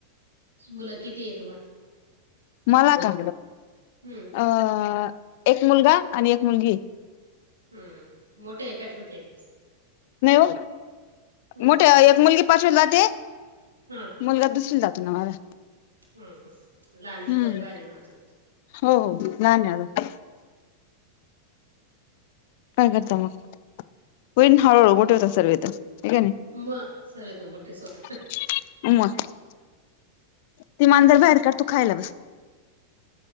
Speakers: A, on the right; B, on the left.
A: मुलं किती येत?
B: मला का?
A: हम्म
B: अ एक मुलगा आणि एक मुलगी.
A: हम्म,, मोठे ये का, छोटेय?
B: नाही ओ,
A: हम्म
B: मोठय एक मुलगी पाचवीला, जाते
A: हं.
B: मुलगा दुसरीला, जातो ना माझा.
A: हम् हम, लहानच
B: हम्म
A: परिवार ये माझं.
B: हो, लहान ये अजून.
A: ह. <unintelligible>
B: काय करता मग? होईन हळू-हळू, मोठे होता सर्वे त, आहे क् नही?
A: म, सर्व त मोठे च, होत
B: <unintelligible> ती मांजर बाहेर काढ, तू खायला बस.